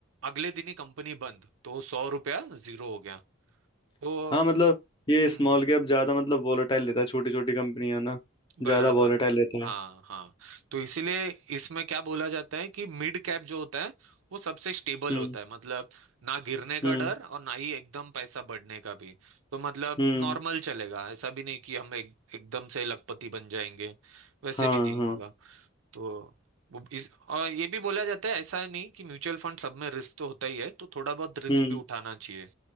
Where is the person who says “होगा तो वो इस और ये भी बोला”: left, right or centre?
Right